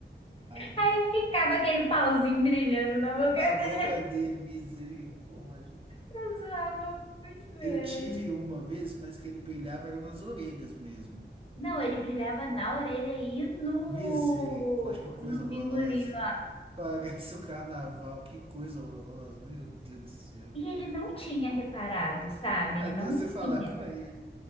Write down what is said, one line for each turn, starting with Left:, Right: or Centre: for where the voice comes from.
Right: Aí não
Left: Aí
Right: dá.
Left: ficava aquele pauzinho brilhando na boca
Right: Na boca
Left: dele.
Right: dele, misericórdia.
Left: Eu zoava muito
Right: Eu
Left: ele.
Right: tive uma vez, mas que ele brilhava era nas orelhas mesmo.
Left: Não, ele brilhava na orelha e no,
Right: Misericórdia, que coisa
Left: no
Right: horrorosa.
Left: bingolinho.
Right: <laughs> Parece o carnaval, que coisa horrorosa. Meu Deus do céu.
Left: E ele não tinha reparado, sabe?
Right: Até
Left: Ele não
Right: você falar
Left: tinha.
Right: com ele.